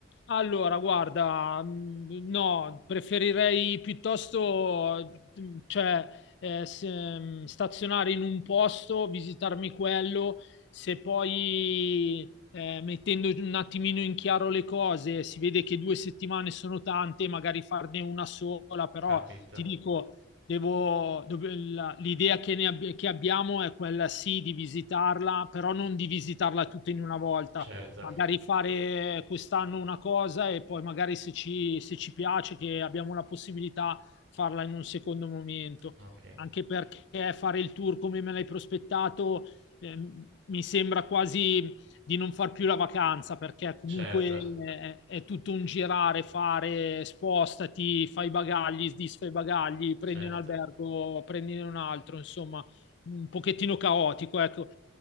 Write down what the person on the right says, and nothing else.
Capito,
certo.
Ok,
certo,
certo.